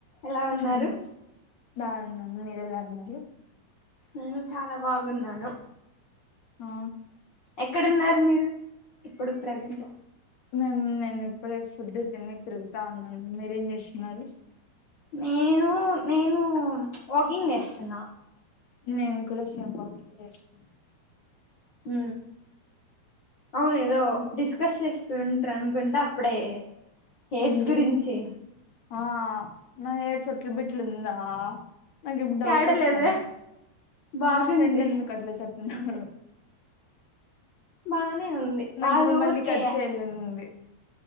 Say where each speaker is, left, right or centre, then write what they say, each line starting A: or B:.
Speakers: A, on the left (about 85°); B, on the left (about 60°).
A: ఎలా ఉన్నారు
B: ఉ బావున్నా మీరెలా ఉన్నారు
A: నేను చాలా బాగున్నాను
B: ఆ
A: ఎక్కడున్నారు మీరు ఇప్పుడు ప్రజెంట్
B: మేమ్ నేను ఇప్పుడే ఫుడ్ తిని తిరుగుతా ఉన్నాం మీరేం చేస్తున్నారు
A: నేను నేను వాకింగ్ చేస్తున్నా
B: నేను కూడా సేమ్ వాకింగ్ చేస్తున
A: ఊ అవును ఏదో డిస్కస్ చేస్తుంట్ రనుకుంట అప్పుడే హెయిర్స్
B: ఏంది
A: గురించి
B: ఆ నా హెయిర్ చుట్లు బిట్లిందా నాకిప్పుడు డౌట్
A: ఏడలేదే
B: వస్తంది
A: బాగుంది
B: మా ఫ్రెండ్ ఎందుకట్లా చెప్న్నారు
A: బానే ఉంది
B: నాకిప్పుడు
A: వాళ్ళ
B: మళ్ళీ
A: ఊరికే
B: ఖట్ చేయాలనుంది